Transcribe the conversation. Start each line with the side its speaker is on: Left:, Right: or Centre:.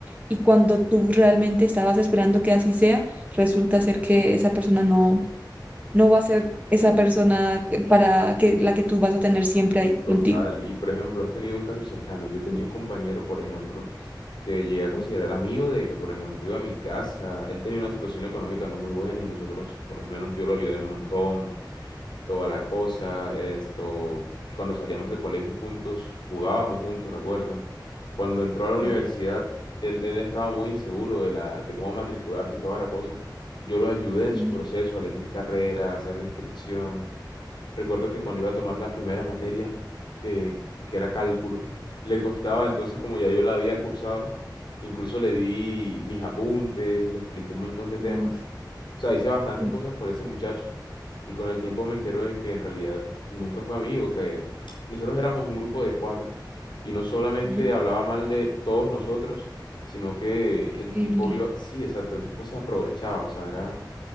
Right: y cuando tú realmente estabas esperando que así sea, resulta ser que esa persona no, no va a ser esa persona que- para que la que tú vas a tener siempre ahí
Left: Total,
Right: contigo.
Left: y por ejemplo, has tenido un caso cercano. Yo tenía un compañero, por ejemplo, que llegué a considerar amigo de que, por ejemplo, iba a mi casa. Él tenía una situación económica no muy buena y nosotros, por lo menos yo lo ayudé un montón, toda la cosa, esto, cuando salíamos de colegio juntos, jugábamos juntos, recuerdo. Cuando entró a la universidad,
Right: Sí,
Left: él, él estaba muy inseguro de la, de cómo matricularse y toda la cosa. Yo lo ayudé en
Right: sí.
Left: su proceso a elegir carrera, a hacer la inscripción. Recuerdo que cuando iba a tomar la primera materia, eh, que era cálculo, le costaba, entonces como ya yo la había cursado, incluso le di mis apuntes, le expliqué un montón de temas.
Right: Uf.
Left: O sea, hice bastantes
Right: Sí,
Left: cosas por ese muchacho. Y con el tiempo me entero de que en realidad nunca fue amigo, que nosotros éramos un grupo de cuatro. Y no solamente
Right: ¿Mm?
Left: hablaba mal de todos nosotros, sino que
Right: terrible.
Left: el tipo iba, sí, exacto, el tipo se aprovechaba, o sea, era